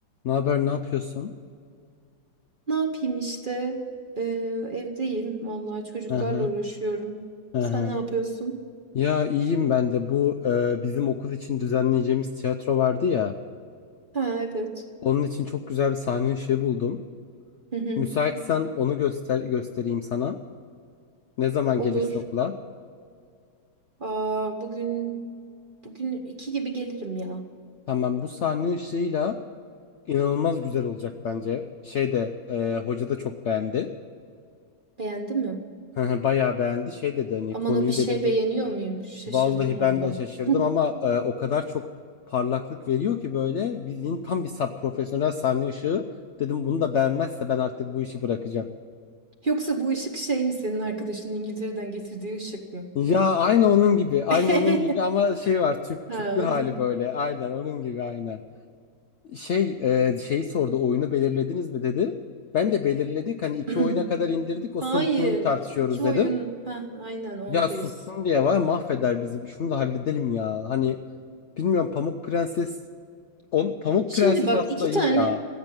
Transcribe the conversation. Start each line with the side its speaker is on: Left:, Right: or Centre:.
Left: Ne haber, ne yapıyorsun?
Right: Ne yapayım işte? Ee, evdeyim. Vallahi çocuklarla
Left: Hı hı,
Right: uğraşıyorum.
Left: hı
Right: Sen
Left: hı.
Right: ne yapıyorsun?
Left: Ya iyiyim ben de. Bu e, bizim okul için düzenleyeceğimiz tiyatro vardı ya.
Right: Ha evet.
Left: Onun için çok güzel bir sahne işi buldum.
Right: Hı hı.
Left: Müsaitsen onu göster göstereyim sana. Ne zaman
Right: Olur.
Left: gelirsin okula?
Right: Aa, bugün bugün iki gibi gelirim ya.
Left: Tamam, bu sahne ışığıyla inanılmaz güzel olacak bence. Şey de e, hoca da çok beğendi.
Right: Beğendi mi?
Left: Hı hı, Bayağı beğendi. Şey dedi hani
Right: Aman
Left: konuyu
Right: o bir şey
Left: belirle
Right: beğeniyor muymuş? Şaşırdım
Left: Vallahi ben
Right: valla.
Left: de şaşırdım
Right: <laughs>
Left: ama e, o kadar çok parlaklık veriyor ki böyle bildiğin tam bir sap profesyonel sahne ışığı. Dedim bunu da beğenmezse ben artık bu işi bırakacağım.
Right: Yoksa bu ışık şey mi senin arkadaşının İngiltere'den getirdiği ışık mı?
Left: Ya aynı onun gibi, aynı
Right: <laughs>
Left: onun gibi ama şey var tüp
Right: Ha
Left: tüplü hali
Right: o değil.
Left: böyle. Aynen onun gibi aynen. Şey e, şeyi sordu oyunu belirlediniz mi dedi. Ben de belirledik hani iki
Right: <clears throat>
Left: oyuna kadar indirdik o
Right: Hayır.
Left: son iki oyun tartışıyoruz
Right: iki
Left: dedim.
Right: oyun. Ha aynen oradayız.
Left: Ya sustum diye var mahveder bizi şunu da halledelim ya. Hani bilmiyorum Pamuk Prenses On, Pamuk
Right: Şimdi
Left: Prenses
Right: bak
Left: aslında
Right: iki
Left: iyi
Right: tane
Left: ya.